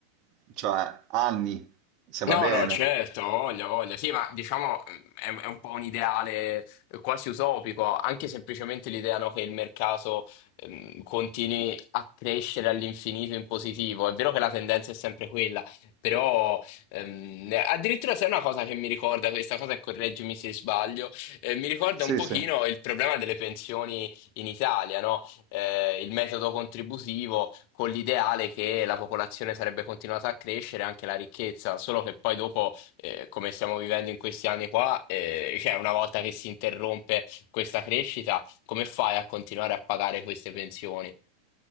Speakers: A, on the right (about 40°); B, on the left (about 45°).
A: cioè, anni, se va
B: No,
A: bene.
B: no, certo, voglia, voglia. Sì, ma diciamo mh, è, è un po' un ideale eh, quasi utopico, anche semplicemente l'idea, no, che il mercato ehm, continui a crescere all'infinito in positivo. È vero che la tendenza è sempre quella, però ehm, eh, addirittura se è una cosa che mi ricorda questa cosa, e correggimi se sbaglio, eh, mi ricorda
A: Sì,
B: un pochino
A: sì.
B: il problema delle pensioni in Italia, no? eh, il metodo contributivo con l'ideale che la popolazione sarebbe continuata a crescere, anche la ricchezza, solo che poi dopo, eh, come stiamo vivendo in questi anni qua, eh, cioè una volta che si interrompe questa crescita, come fai a continuare a pagare queste pensioni?